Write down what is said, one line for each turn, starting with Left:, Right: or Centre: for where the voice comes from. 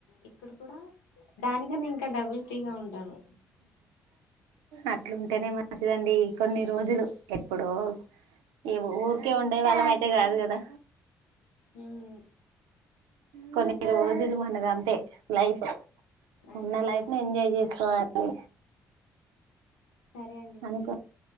Left: ఇక్కడ కూడా దానికన్నా ఇంకా డబుల్ ఫ్రీగా ఉంటాను
Right: అట్లుంటేనే మంచిదండి కొన్ని రోజులు ఎప్పుడో ఏ ఊరికే ఉండేవాళ్ళం అయితే కాదు కదా
Left: ఉమ్మ్
Right: కొన్ని రోజులు మనది అంతే లైఫ్
Left: అంతే
Right: ఉన్న లైఫ్ ని ఎంజాయ్ చేసుకోవాలి
Left: సరే అండి
Right: అని
Left: మరి